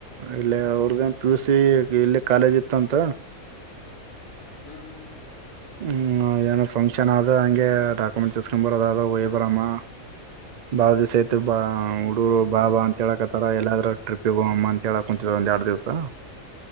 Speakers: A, on the right; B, on the left.
A: ಇಲ್ಲ ಅವ್ರ್ದನ ಪಿ ಯು ಸಿ ಇಲ್ಲ ಕಾಲೇಜ್ ಇತ್ತು ಅಂತ
B: ಹ್ಮ್ ಹ್ಮ್ ಹ್ಮ್
A: ಹ್ಮ್ ಏನೋ ಫಂಕ್ಷನ್ ಆದ ಹಂಗೆ ಡಾಕ್ಯುಮೆಂಟ್ಸ್ ತಸ್ಕೊಂಡ್ ಬರೋದ ಅ ವಯ್ ಬರಮ್ಮ ಬಾ ದಿವ್ ಆತು ಬಾ
B: ಹ್ಮ್ ಹ್ಮ್
A: ಹುಡುರು ಬಾಬಾ ಅಂತ ಹೇಳಕತ್ತಾರ ಎಲ್ಲಾದ್ರೂ ಟ್ರಿಪ್ಿಗೆ ಹ ಅಮ್ಮ ಅಂತ ಹೇಳಕ್ ಕಚ ಜಂದುಾಡುದತ್ತಾ